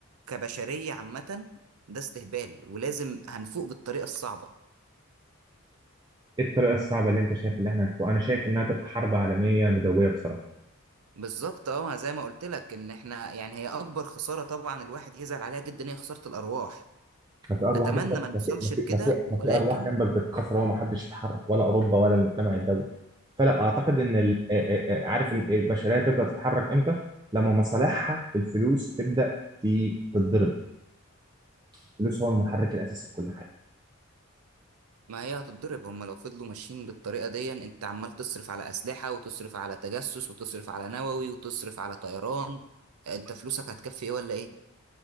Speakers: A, on the right; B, on the right.
A: كبشرية عامة ده استهبال ولازم هنفوق بالطريقة الصعبة
B: إيه الطريقة الصعبة اللي أنت شايف اللي إحنا هنفوق أنا شايف إنها تبقى حرب عالمية مدوية بصراحة
A: بالظبط اه ما زي ما قلت لك ان احنا يعني هي اكبر خسارة طبعا الواحد يزعل عليها جدا هي خسارة الارواح
B: ما في ارواح
A: اتمنى
B: جنبك
A: ما نوصلش
B: ما في ما
A: لكده
B: في ما في
A: ولكن
B: ما في ارواح جنبك بتتكسر وما حدش يتحرك ولا اوروبا ولا المجتمع الدولي فلا اعتقد ان ال- آه، آه، آه، عارف ال- البشريه تبدا تتحرك امتى لما مصالحها في الفلوس تبدا ت- تتضرب الفلوس هو المحرك الاساسي في كل حاجه
A: ما هي هتتضرب هما لو فضلوا ماشيين بالطريقة دي انت عمال تصرف على أسلحة وتصرف على تجسس وتصرف على نووي وتصرف على طيران انت فلوسك هتكفي ايه ولا ايه